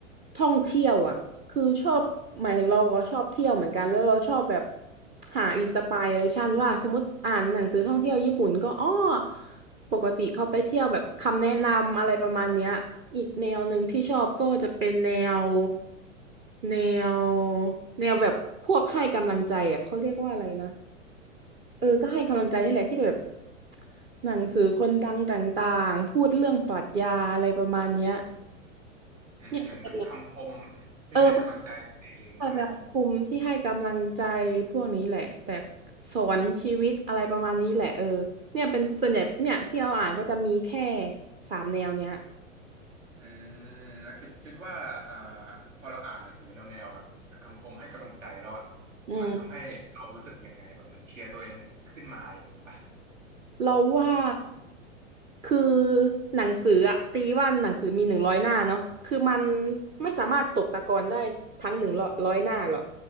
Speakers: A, on the right; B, on the right.
A: ท่องเที่ยวอ่ะคือชอบหมายถึงเราก็ชอบเที่ยวเหมือนกันแล้วเราชอบแบบหาอินสปิเรชันว่าสมมติอ่านหนังสือท่องเที่ยวญี่ปุ่นก็อ้อปกติเขาไปเที่ยวแบบคำแนะนำอะไรประมาณเนี้ยอีกแนวหนึ่งที่ชอบก็จะเป็นแนวแนวแนวแบบพวกให้กำลังใจอ่ะเขาเรียกว่าอะไรนะ เออก็ให้กำลังใจนี่แหละที่แบบหนังสือคนดังต่างๆพูดเรื่องปรัชญาอะไรประมาณเนี้ย
B: อืมเหมือนเป็นคำคม
A: เนี่ยเป็น
B: ที่ให้กำลังใจตัวเองใช่ไหม
A: เออพวกแบบคุมที่ให้กำลังใจพวกนี้แหละแบบสอนชีวิตอะไรประมาณนี้แหละเออเนี่ยเป็นส่วนใหญ่เนี่ยที่เราอ่านก็จะมีแค่สามแนวเนี้ย
B: อืมแล้วคิดคิดว่าอ่าพอเราอ่านหนังสือแนวแนวแบบคำคมให้กำลังใจแล้วอ่ะ
A: อืม
B: มันทำให้เรารู้สึกยังไงแบบเหมือนเชียร์ตัวเองขึ้นมาอย่างนี้ป่ะ
A: เราว่าคือหนังสืออะตีว่าหนังสือมีหนึ่งร้อยหน้าเนาะคือมันไม่สามารถตกตะกอนได้ทั้งหนึ่งร้อยหน้าหรอก